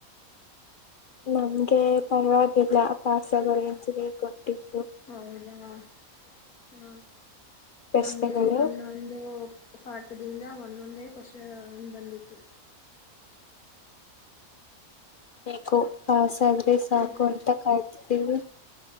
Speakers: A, on the left; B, on the left.
A: ನಮಗೆ ಪರವಾಗಿಲ್ಲ ಪಾಸ್ ಆಗೋ ರೇಂಜ್ಜಿಗೆ ಕೊಟ್ಟಿದ್ದ
B: ಹೌದಾ ಹ
A: ಪ್ರಶ್ನೆಗಳು
B: ನಮ್ಗೆ ಒಂದೊಂದು ಪಾ ಅದ್ರಿಂದ ಒಂದೊಂದೇ ಕ್ವೋಶ್ಚನ್ ಬಂದಿತ್ತು
A: ಹಾ ಪಾಸ್ ಬಂದರೆ ಸಾಕು
B: ಬಿಡಿ
A: ಕಾಯುತ್ತಿದೀವಿ